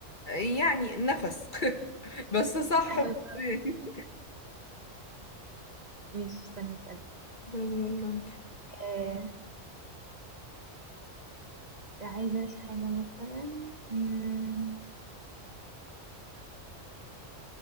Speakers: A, on the left; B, on the right.
A: يعني نفس <laughs> بس صح
B: النفس
A: برضه يعني
B: ماشي استنى اسالك
A: طيب يلا انت
B: آه عايزه لك حاجه مثلا امم